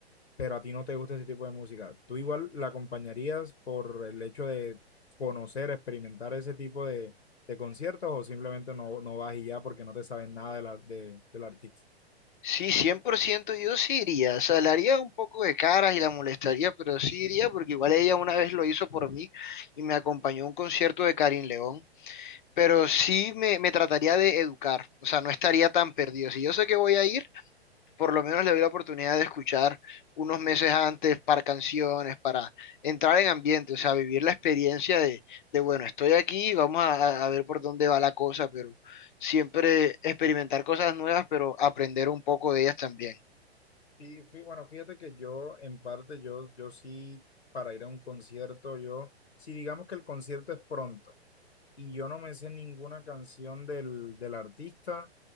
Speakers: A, on the left; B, on the left.
A: pero a ti no te gusta ese tipo de música, ¿tú igual la acompañarías por el hecho de conocer, experimentar ese tipo de, de conciertos o simplemente no, no vas y ya porque no te sabes nada de la, de, del artista?
B: Sí, cien por ciento yo sí iría, o sea, le haría un poco de caras y la molestaría, pero sí iría porque igual ella una vez lo hizo por mí y me acompañó a un concierto de Karin León, pero sí me, me trataría de educar, o sea, no estaría tan perdido. Si yo sé que voy a ir, por lo menos le doy la oportunidad de escuchar unos meses antes para canciones, para entrar en ambiente, o sea, vivir la experiencia de, de bueno, estoy aquí, vamos a, a ver por dónde va la cosa, pero siempre experimentar cosas nuevas, pero aprender un poco de ellas también.
A: Y fí- bueno, fíjate que yo, en parte, yo, yo sí, para ir a un concierto, yo, si digamos que el concierto es pronto y yo no me sé ninguna canción del, del artista,